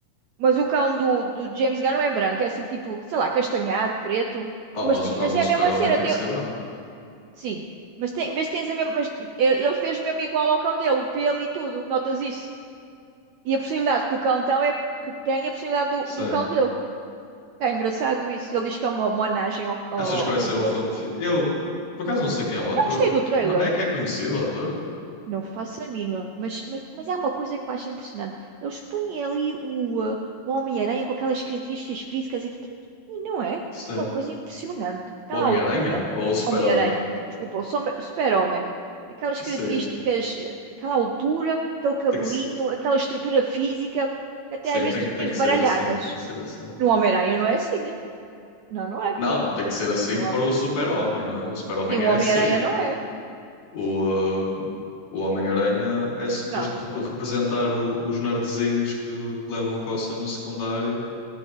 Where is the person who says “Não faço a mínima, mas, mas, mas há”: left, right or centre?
Right